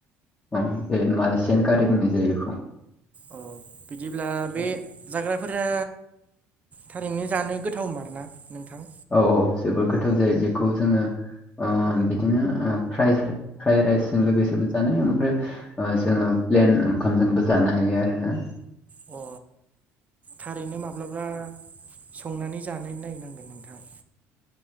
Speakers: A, on the left (about 20°); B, on the right (about 25°).
A: अ बे मालिसियान गारि बुंनाय जायो बेखौ।
B: औ बिदिब्ला बे
A: औ
B: जाग्राफोरा थारैनो जानो गोथावमारना नोंथां?
A: औ औ जोबोर गोथाव जायो बेखौ जोंङो ओ बिदिनो फ्राइ फ्राइ राइसजों लोगोसेबो जानाय ओमफ्राय जोंङो प्लेन ओंखामबो जानो हायो आरोना।
B: अ। थारैनो माब्लाबा संनानै जानाय नायनांगोन नोंथां।